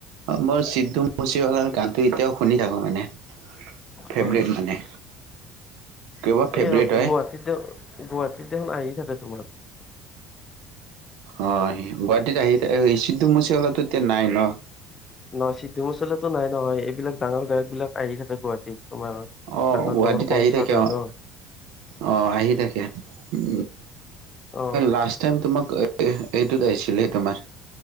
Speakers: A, on the right; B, on the left.
A: মই চিদু মুুচিৱালাৰ গানটো এতিয়াও শুনি থাকো মানে ফেভৰিট
B: হয়
A: মানে। কিবা ফেভৰেট
B: এই
A: হয়
B: গুৱাহাটীত দে গুৱাহাটীত দেখোন আহি থাকে তোমাৰ।
A: অ, গুৱাহাটীত আহি সিু মচৱালা এতিয়া নাই ন
B: নহ সিদ্ধু মাচলো নাই নহয় এইবিলাক ডাঙৰ গায়ক বিলাক আহি থাকে গুৱাহাটীত। তোমাৰ
A: অ
B: ডাঙৰ
A: গুৱাহাটীত
B: - ডাঙৰ কনচাৰ্ট
A: আহি থাকে
B: হয়
A: অ
B: ন।
A: অ আহি থাকে উ।
B: অ
A: লাষ্ট টাইম তোমাক এইটোত আহিছিলে। তোমাৰ